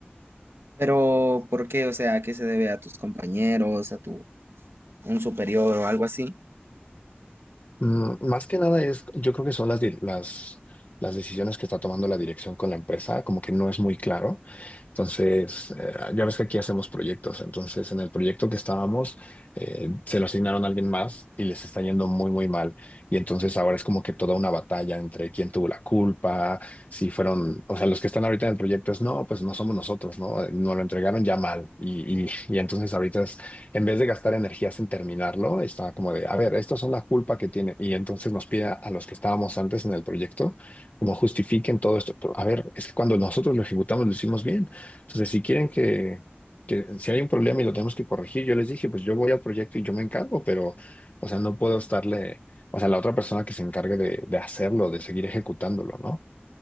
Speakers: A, on the right; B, on the left.
A: Pero, ¿por qué? O sea, ¿a qué se debe a tus compañeros, a tu un superior o algo así?
B: Mm, más que nada es, yo creo que son las, di- las, las decisiones que está tomando la dirección con la empresa, como que no es muy claro. Entonces, eh, ya ves que aquí hacemos proyectos. Entonces, en el proyecto que estábamos, eh, se lo asignaron a alguien más y les está yendo muy, muy mal. Y entonces ahora es como que toda una batalla entre quién tuvo la culpa, si fueron, o sea, los que están ahorita en el proyecto es, no, pues no somos nosotros, ¿no? Nos lo entregaron ya mal. Y, y, y entonces ahorita es, en vez de gastar energías en terminarlo, está como de, a ver, estas son la culpa que tiene. Y entonces nos pide a los que estábamos antes en el proyecto, como justifiquen todo esto. Pero, a ver, es que cuando nosotros lo ejecutamos lo hicimos bien. Entonces, si quieren que, que si hay un problema y lo tenemos que corregir, yo les dije, pues yo voy al proyecto y yo me encargo, pero, o sea, no puedo estarle, o sea, la otra persona que se encargue de, de hacerlo, de seguir ejecutándolo, ¿no?